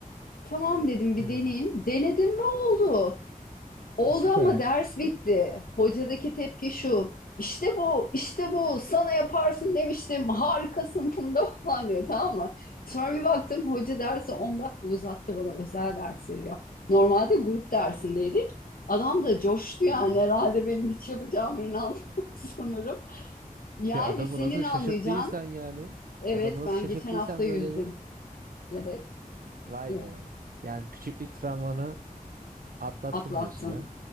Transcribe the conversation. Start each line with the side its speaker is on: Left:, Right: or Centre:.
Left: Tamam dedim bir
Right: hmm,
Left: deneyeyim. Denedim ve oldu. Oldu
Right: e, süper.
Left: ama ders bitti. Hocadaki tepki şu. İşte bu, işte bu. Sana yaparsın demiştim. Harikasın Funda <laughs> falan diyor tamam mı? Sonra bir baktım hoca dersi 10 dakika uzattı bana. Özel ders veriyor. Normalde grup dersindeydik. Adam da coştu yani
Right: Hı hı.
Left: herhalde benim hiç yapacağıma inandı <laughs> sanırım. Yani
Right: Ya adamı
Left: senin
Right: nasıl
Left: anlayacağın
Right: şaşırttıysan yani.
Left: evet
Right: Adamı nasıl
Left: ben
Right: şaşırttıysan
Left: geçen hafta yüzdüm.
Right: böyle bir.
Left: Evet,
Right: Vay
Left: evet
Right: be. Yani küçüklük travmanı Atlattım
Left: atlattım.
Right: diyorsun ha.